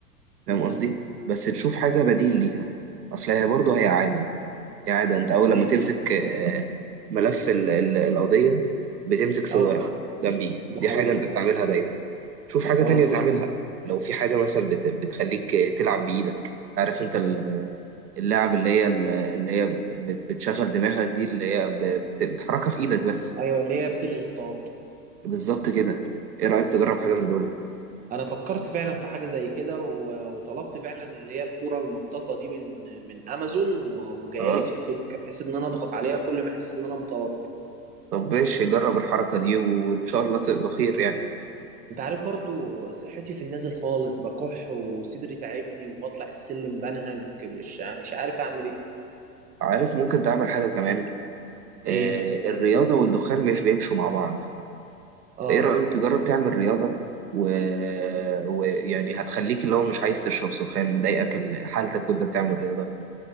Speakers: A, on the right; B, on the right.
A: فاهم
B: امم
A: قصدي بس تشوف حاجة بديل ليها اصل هي برضه هي عادة هي عادة انت اول
B: أيوه
A: لما تمسك آه، ملف ال- ال- القضية بتمسك سيجارة
B: أه
A: جنبيه
B: دي
A: دي
B: حقيقة
A: حاجة انت بتعملها دايما شوف حاجة
B: أه
A: تانية تعملها لو في حاجة مثلا بت- بتخليك تلعب بإيدك عارف انت ال- اللعب اللي هي ال- اللي هي بت- بتشغل دماغك دي اللي هي ب- بت- بتحركها في إيدك بس
B: أيوه اللي هي بتلغي التوتر
A: بالظبط كده ايه رأيك تجرب
B: مم.
A: حاجة من دول
B: أنا فكرت فعلا في حاجة زي كده و... وطلبت فعلا اللي هي الكرة المطاطة دي من من أمازون و... وجاية
A: اه
B: لي في السكة بحيث إن أنا أضغط عليها كل ما أحس إن أنا متوتر
A: طب ماشي جرب الحركة دي وان شاء الله تبقى خير يعني
B: انت عارف برضو صحتي في النازل خالص بكح وصدري تعبني وبطلع السلم بنهج مش مش عارف اعمل ايه
A: عارف ممكن تعمل حاجة كمان آه،
B: ايه
A: الرياضة والدخان مش بيمشوا مع بعض
B: اه
A: فإيه رأيك تجرب تعمل رياضة و... ويعني هتخليك اللي هو مش عايز تشرب دخان مضايقك ال- حالتك وأنت بتعمل رياضة